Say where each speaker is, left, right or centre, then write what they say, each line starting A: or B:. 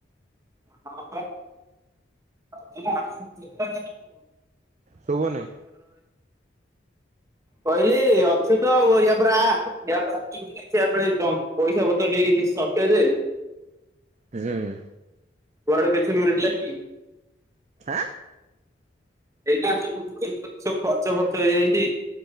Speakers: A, on the right; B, on the right.
A: ହଁ ବା <inaudible> <unintelligible>
B: ଶୁଭୁନି
A: କହିଲି ଅଛୁ ତ ଆଉ ଇଆ ପରେ ଆ <unintelligible> ପଇସା ପତ୍ର ଟିକେ ହି ଶୋର୍ଟେଜ।
B: ହୁଁ।
A: ତୋ ଆଡୁ କିଛି ମିିଳିଲା କି?
B: ଆଁ
A: ଏଇଟା ହଉଚି <unintelligible> ଗଛ ଫଚ ହେଇଯାଇଛି